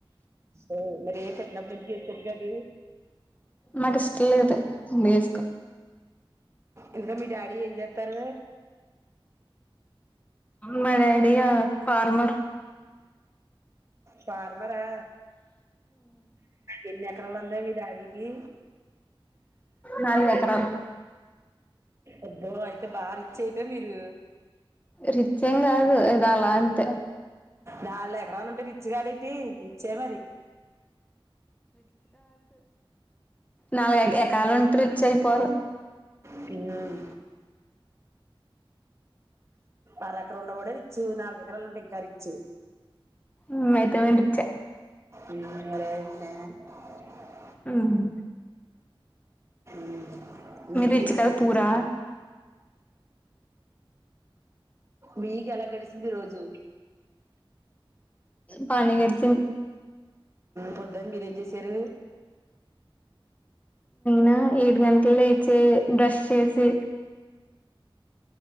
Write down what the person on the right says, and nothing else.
ఓ మరే పెట్టనప్పడు ఎందుకు ఏసుకోవచ్చు కాదీ
ఇంతకీ మీ డాడీ ఏం జేత్తారు
పార్ రా ఎన్ని ఎకరాలుందే మీ డాడి గి
అబ్బో అయితే బా రిచ్ అయితే మీరు
నాలుగు ఎకరాలుంటే రిచ్ గాడేటి రిచ్చే మరి
తిన్ అర ఎకరం ఉన్న వాడె రిచ్చు నాలుగు ఎకరలా ఉన్న వాడు ఇంకా రిచ్చు
ఉమ్ మరే <unintelligible>
మ్ మీకి
రోజ్
అ
మీక్ ఎలా గడిసింది రోజు
పొద్దున్ మీరెం చేసారు